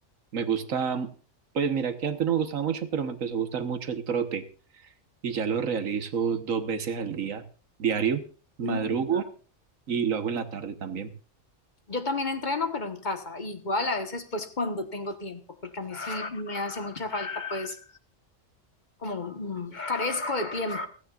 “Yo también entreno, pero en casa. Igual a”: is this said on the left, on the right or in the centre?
Left